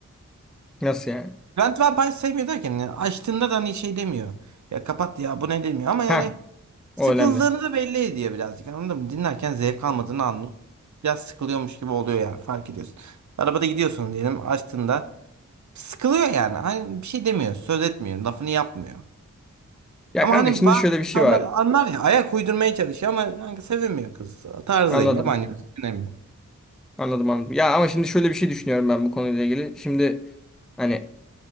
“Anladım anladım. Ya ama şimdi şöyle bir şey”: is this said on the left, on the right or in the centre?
Centre